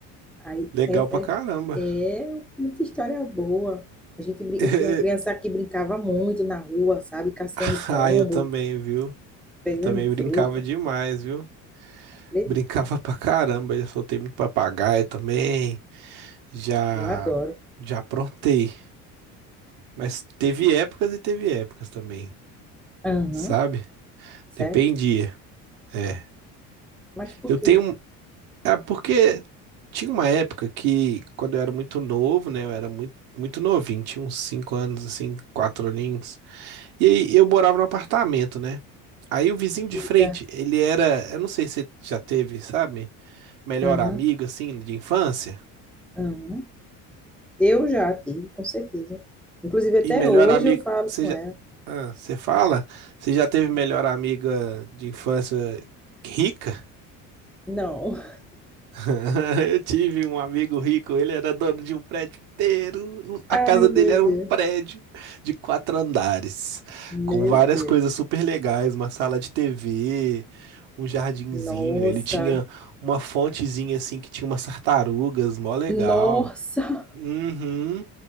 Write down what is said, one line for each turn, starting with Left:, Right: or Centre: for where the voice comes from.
Centre: Aí
Right: Legal
Centre: é,
Right: pra caramba.
Centre: é, é muita história boa. A gente, brin-
Right: <laughs>
Centre: eu fui a criança que brincava muito na rua, sabe? Caçando
Right: <laughs>
Centre: pombo,
Right: Ah, eu também, viu?
Centre: pegando
Right: Eu também brincava
Centre: fruta.
Right: demais, viu?
Centre: Acredito,
Right: Brincava pra caramba, já soltei muito papagaio também, já
Centre: eu adoro.
Right: já aprontei, mas teve épocas e teve épocas também,
Centre: Aham,
Right: sabe?
Centre: sério?
Right: Dependia. É.
Centre: Mas por
Right: Eu
Centre: quê?
Right: tenho, um- ah, porque tinha uma época que quando eu era muito novo, né, eu era muito muito novinho, tinha uns 5 anos assim, 4 aninhos. E aí eu morava num apartamento, né? Aí o vizinho de
Centre: Eita,
Right: frente, ele era, eu não sei se você já teve, sabe? melhor
Centre: aham,
Right: amigo, assim, de infância?
Centre: aham. Eu já tive, com certeza. Inclusive, até
Right: E melhor
Centre: hoje
Right: amigo,
Centre: eu falo
Right: você
Centre: com
Right: já...
Centre: ela.
Right: Ah, você fala? Você já
Centre: assim,
Right: teve melhor amiga de infância rica?
Centre: Não.
Right: <laughs> Eu tive um amigo rico, ele era dono de um prédio inteiro. A
Centre: Ai,
Right: casa
Centre: meu
Right: dele era
Centre: Deus.
Right: um prédio de quatro andares,
Centre: Meu
Right: com várias
Centre: Deus.
Right: coisas super legais, uma sala de TV, um jardinzinho.
Centre: Nossa.
Right: Ele tinha uma fontezinha assim que tinha umas tartarugas, mó legal.
Centre: Nossa. <laughs>
Right: Uhum.